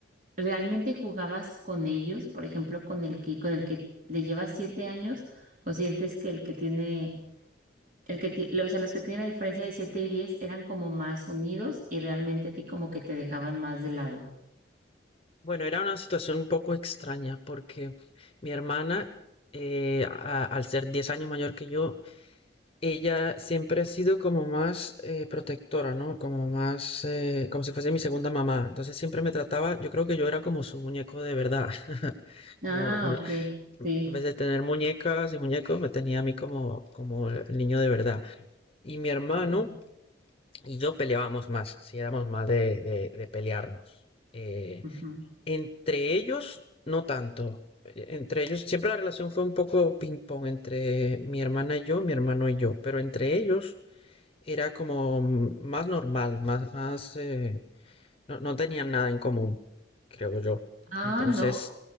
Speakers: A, on the right (about 50°); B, on the left (about 30°).
A: ¿realmente jugabas con ellos? Por ejemplo, con el que, con el que le llevas siete años, o sientes que el que tiene El que, ti- los, los que tienen la diferencia de 7 y 10 eran como más unidos y realmente a ti como que te dejaban más de lado.
B: Bueno, era una situación un poco extraña porque mi hermana, eh, a- al ser 10 años mayor que yo, ella siempre ha sido como más eh, protectora, ¿no? Como más, eh, como si fuese mi segunda mamá. Entonces siempre me trataba, yo creo que yo era como su muñeco de verdad. <laughs>
A: Ah,
B: Como, en ve-
A: ok, sí.
B: en vez de tener muñecas y muñecos, me tenía a mí como, como el niño de verdad. Y mi hermano
A: Ujú,
B: y yo peleábamos más, si éramos más de, de- de pelearnos. Eh,
A: ujú.
B: entre ellos, no tanto. Entre ellos, siempre la relación fue un poco ping-pong entre mi hermana y yo, mi hermano y yo, pero entre ellos era como mm, más normal, más, más, eh, no, no tenían nada en común, creo yo.
A: Ah,
B: Entonces,
A: ¿no?